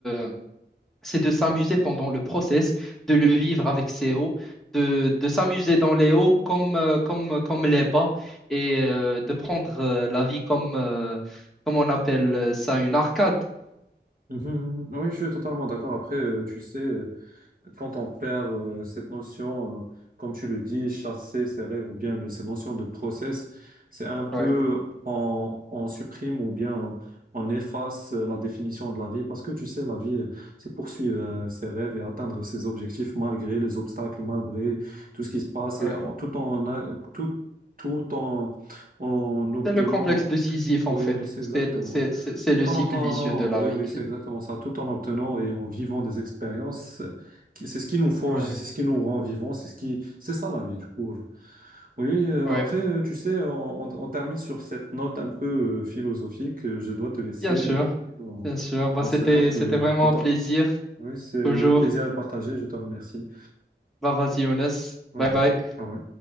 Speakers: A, in the centre; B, on the right.
A: euh, c'est de s'amuser pendant le process, de le vivre avec ses hauts, de, de s'amuser dans les hauts comme, euh, comme, comme les bas et euh, de prendre euh, la vie comme, euh, comme on appelle ça, une arcade.
B: Mhm, mhm. Oui, je suis totalement d'accord. Après, euh, tu sais. quand on perd euh, cette notion, euh, comme tu le dis, chasser ses rêves ou bien le- cette notion de process, c'est un peu
A: Ouais,
B: on, on supprime ou bien on efface euh, la définition de la vie parce que tu sais, la vie, euh, c'est poursuivre euh, ses rêves et atteindre ses objectifs malgré les obstacles, malgré tout ce qui se passe
A: ouais.
B: et en- tout en a- tout tout en en obtenant.
A: C'est le complexe de Sisyphe en
B: Oui,
A: fait.
B: oui, c'est
A: C'est
B: exactement.
A: le, c'est, c'est- c'est
B: Tout
A: le cycle
B: en obtenant,
A: vicieux de la
B: oui,
A: vie.
B: oui, c'est exactement ça. Tout en obtenant et en vivant des expériences c'est ce qui nous forge,
A: Ouais,
B: c'est ce qui nous rend vivants, c'est ce qui, c'est ça la vie du coup. Oui, euh,
A: ouais.
B: après, euh, tu sais, on, on- on termine sur cette note un peu euh, philosophique. Euh, Je dois te laisser.
A: Bien
B: euh,
A: sûr,
B: On,
A: bien sûr. Bah,
B: on
A: c'était,
B: se capte
A: c'était
B: euh,
A: vraiment
B: plus
A: un
B: tard.
A: plaisir,
B: Oui, c'est
A: toujours.
B: le plaisir est partagé. Je te remercie.
A: Bah, vas-y, Younes.
B: Vas-y.
A: Bye bye.
B: Ah ouais.